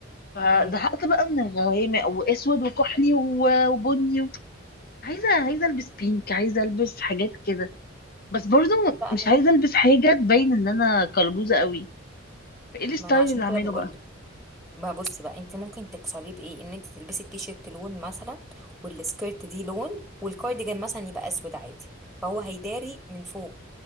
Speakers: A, on the left (about 50°); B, in the centre.
A: فزهقت
B: امم
A: بقى من الغوامق واسود وكحلي و- وبني و... عايزه عايزه البس بينك عايزه البس حاجات كده بس برضو
B: لا
A: مش
B: انا
A: عايزه البس حاجه تبين ان انا كلبوزه قوي فايه الستايل
B: ما انا عشان
A: اللي هعمله
B: كده بقول
A: بقى
B: لك ما بصي بقى انت ممكن تكسريه بايه ان انت تلبسي التيشيرت لون مثلا والسكيرت دي لون والكارديجان مثلا يبقى اسود عادي فهو هيداري من فوق